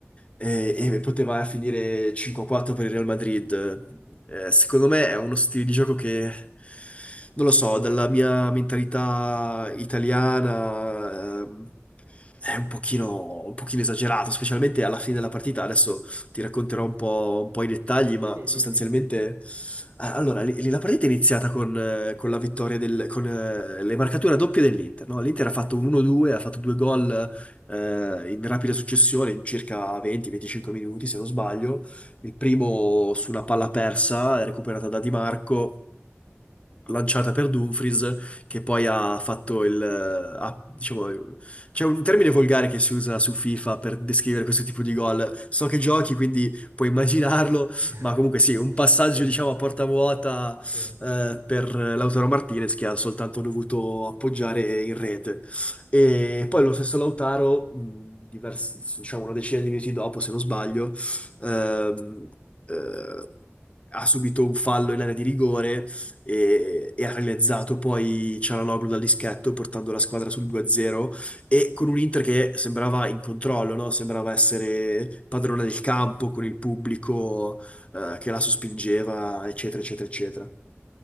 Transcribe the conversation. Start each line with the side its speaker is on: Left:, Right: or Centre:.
Left: E, e poteva finire 5-4 per il Real Madrid. Eh, secondo me è uno stile di gioco che, non lo so, dalla mia mentalità italiana, ehm, è un pochino, un pochino esagerato, specialmente alla fine della partita. Adesso ti racconterò un po', un po' i dettagli,
Right: Sì,
Left: ma sostanzialmente...
Right: dimmi, dimmi.
Left: ah, Allora, lì- lì la partita è iniziata con, eh, con la vittoria del, con eh, le marcature doppie dell'Inter, no? L'Inter ha fatto un 1-2, ha fatto due gol eh, in rapida successione, in circa 20-25 minuti, se non sbaglio. Il primo su una palla persa, recuperata da Di Marco lanciata per Dumfries, che poi ha fatto il... eh, ha- diciamo, eh, c'è un termine volgare che si usa su FIFA per descrivere questo tipo di gol. So che giochi, quindi puoi immaginarlo,
Right: <laughs>
Left: ma comunque sì, un
Right: Sì,
Left: passaggio, diciamo, a porta vuota
Right: sì.
Left: eh, per Lautaro Martinez, che ha soltanto dovuto appoggiare in rete. E poi lo stesso Lautaro, mh, diversi- diciamo una decina di minuti dopo, se non sbaglio, ehm, eh, ha subito un fallo in area di rigore e, e ha realizzato poi Cialanoglu dal dischetto portando la squadra sul 2-0 e con un Inter che sembrava in controllo, no? Sembrava essere padrone del campo con il pubblico eh, che la sospingeva, eccetera, eccetera, eccetera.